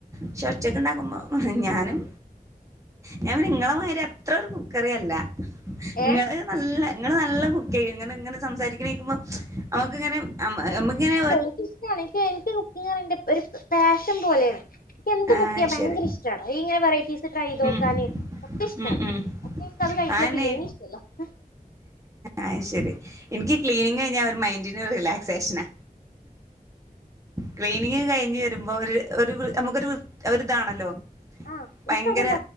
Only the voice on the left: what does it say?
ഏഹ്
എഹ് ഇഷ്ടമാണ് എനിക്ക് എനിക്ക് കുക്കിങ്ങ് പറയണത് ഒരു പാഷൻ പോലെയാണ് എനിക്ക് എന്ത്
കുക്ക് ചെയ്യാൻ ഭയങ്കര
ഇഷ് ടാമാണ് ഇങ്ങനെ വെറൈറ്റീസ് ട്രൈ ചെയ്തോക്കാൻ
ഒക്കെ ഇഷ്ടമാണ്
അത് കഴിഞ്ഞിട്ടുള്ള
ക്ലീനിങ് ഇഷ്ടല്ല ഹ
ആഹ്
ഇപ്പ അതല്ല